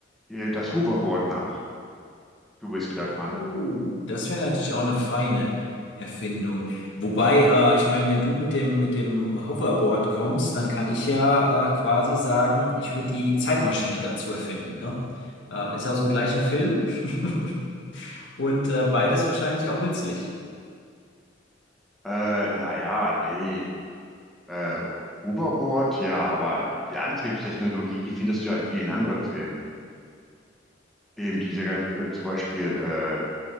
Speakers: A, in the centre; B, on the left.
A: äh, das Hoverboard nach. Du bist wieder dran.
B: Uh, das wäre natürlich auch eine feine Erfindung. Wobei, äh, ich meine, wenn du mit dem, mit dem Hoverboard kommst, dann kann ich ja äh, quasi sagen, ich würde die Zeitmaschine dazu erfinden, ne? Äh, ist aus dem gleichen Film <laughs> und äh, beides wahrscheinlich auch nützlich.
A: Äh, naja, nee. Äh, Hoverboard, ja, aber die Antriebstechnologie, die findest du ja in vielen anderen Filmen. Eben diese ganze, zum Beispiel äh,